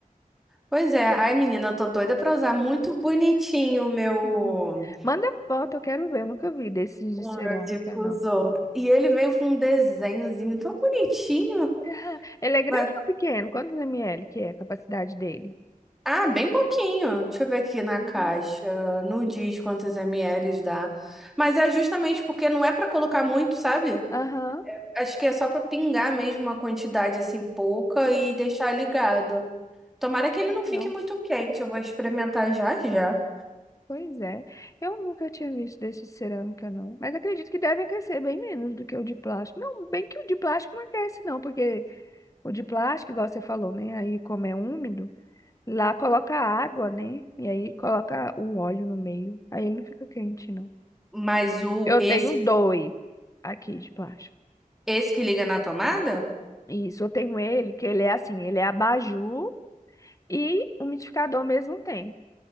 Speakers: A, in the centre; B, on the left (about 20°).
A: Pois é, ai menina, eu tô doida pra usar muito bonitinho o meu,
B: Uhum. Manda foto, eu quero ver. Eu nunca vi desses
A: o
B: de cerâmica,
A: meu difusor.
B: não. <laughs>
A: E ele veio com um desenhozinho tão bonitinho.
B: Ah, Ele é grande
A: Mas-
B: ou pequeno? Quantos ml que é a capacidade dele?
A: Ah, bem pouquinho. Deixa eu ver aqui na
B: Uhum.
A: caixa. Não diz quantos ml dá. Mas é justamente porque não é pra colocar muito, sabe?
B: Aham.
A: Acho que é só pra pingar mesmo uma quantidade assim pouca
B: Bonitinho,
A: e deixar ligado. Tomara que ele
B: Legal.
A: não fique muito quente. Eu vou experimentar já já.
B: Pois é. Eu nunca tinha visto desse de cerâmica, não. Mas acredito que deve aquecer bem menos do que o de plástico. Não, bem que o de plástico não aquece, não, porque o de plástico, igual você falou, né? Aí, como é úmido, lá coloca água, né? E aí coloca o óleo no meio. Aí ele não fica quente, não.
A: Mas o
B: Eu
A: esse,
B: tenho dois aqui de plástico.
A: esse que liga na tomada?
B: Isso, eu tenho ele, que ele é assim, ele é abajur e umidificador ao mesmo tempo.